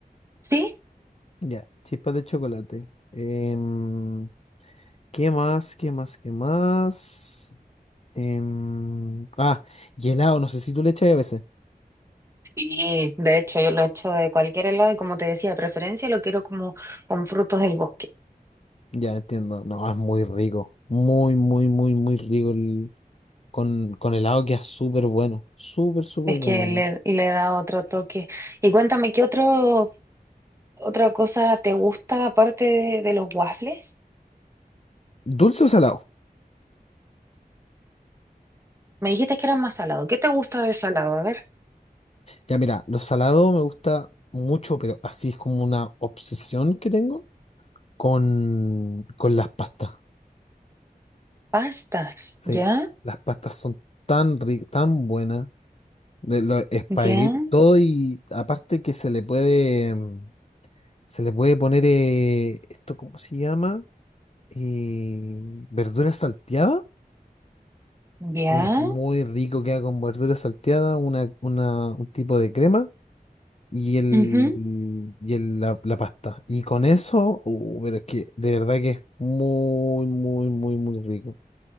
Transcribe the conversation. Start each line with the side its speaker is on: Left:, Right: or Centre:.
Right: ¿Sí?
Left: Ya, chispas de chocolate. Em, ¿qué más? ¿Qué más? ¿Qué más? Em, ah, y helado, no sé si tú le echas a veces.
Right: Sí, de hecho yo lo he hecho de cualquier helado y como te decía, de preferencia lo quiero como con frutos del bosque.
Left: Ya entiendo. No, es muy rico. Muy, muy, muy, muy rico el- con, con helado queda súper bueno. Súper, súper
Right: Es
Left: bueno.
Right: que le,
Left: ¿no?
Right: le da otro toque. Y cuéntame, ¿qué otro, otra cosa te gusta aparte de, de los waffles?
Left: ¿Dulce o salado?
Right: Me dijiste que eran más salados. ¿Qué te gusta del salado? A ver,
Left: Ya mira, lo salado me gusta mucho, pero así es como una obsesión que tengo con, con las pastas.
Right: pastas.
Left: Sí,
Right: ¿Ya?
Left: las pastas son tan ricas, tan buenas. de Los espaguetis,
Right: ¿Ya?
Left: todo y aparte que se le puede, mm, se le puede poner eh, esto, ¿cómo se llama? Eh, verduras salteadas
Right: ¿Ya?
Left: Es muy rico, queda con verdura salteada, una, una, un tipo de crema y, el,
Right: Ujú.
Left: y el- la, la pasta. Y con eso, uh, pero es que de verdad que es muy, muy, muy, muy rico.